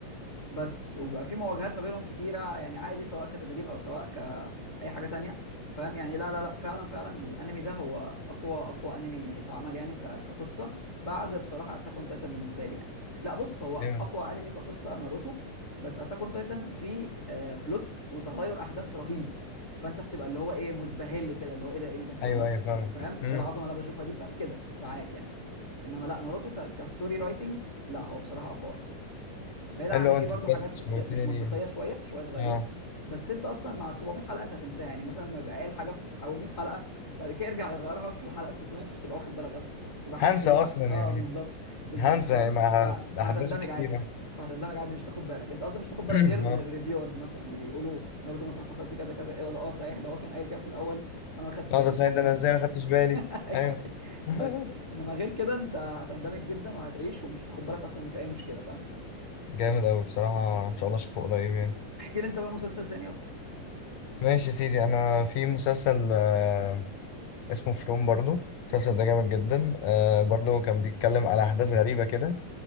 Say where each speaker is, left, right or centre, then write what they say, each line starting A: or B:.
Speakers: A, on the left; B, on the left.
A: بس وبيبقى في مواجهات ما بينهم كتيره يعني عادي سواء كتدريب او سواء كاي حاجه تانية فاهم يعني لا لا لا فعلا فعلا الانمي ده هو اقوى اقوى انمي اتعمل يعني ك- كقصه بعد بصراحه اتاك اون تايتن بالنسبه لي يعني لا بص هو
B: جامد
A: اقوى انمي كقصه ناروتو بس اتاك اون تايتن فيه بلوتس وتغير احداث رهيب فانت بتبقى اللي هو ايه مزبهل كده اللي هو ايه ده- إيه اللي بيحصل
B: ايوه
A: ده
B: ايوه فاهمك
A: فاهم
B: امم
A: ايه العظمه اللي انا بشوفها دي فاهم كده ساعات يعني انما لا ناروتو ك... كستوري رايتنج لا هو بصراحه اقوى واحد بعيد
B: حلو
A: عن ان
B: أوي،
A: في
B: انت
A: برضو
B: بجد
A: حاجات
B: شوقتني
A: غ... غ- مش منطقيه
B: ليه يعني.
A: شويه شويه صغيرين
B: اه
A: بس انت اصلا مع 700 حلقه انت هتنساها يعني مثلا لما يبقى قايل حاجه في اول 100 حلقه بعد كده يرجع يغيرها في الحلقه 600 انت مش هتبقى واخد بالك اصلا هتبقى حاسس
B: هنسى
A: اللي
B: اصلا
A: هو اه
B: يعني
A: بالظبط بالظبط
B: هنسى
A: فاهم
B: مع
A: ف... فهتندمج
B: احداث كتيره
A: عادي فهتندمج عادي مش تاخد بالك انت اصلا مش تاخد بالك
B: <clears throat>
A: غير من
B: اه
A: الريفيورز مثلا اللي بيقولوا ناروتو مثلا حصل فيه كذا كذا ايه ده اه صحيح ده هو كان قايل كده في الاول وانا ما خدتش بالي
B: لا ده سعيد
A: فاهم
B: ده انا ازاي ما خدتش بالي
A: <laughs> ايوه
B: ايوه <laughs>
A: بس انما غير كده انت هتندمج جدا وهتعيش ومش هتاخد بالك اصلا ان في اي مشكله فاهم
B: جامد أوي بصراحة إن شاء الله أشوفه قريب يعني
A: احكي لي انت بقى مسلسل تاني يلا
B: ماشي يا سيدي أنا في مسلسل آه، اسمه فروم برضو المسلسل ده جامد جدا آه، برضو كان بيتكلم على أحداث غريبة كده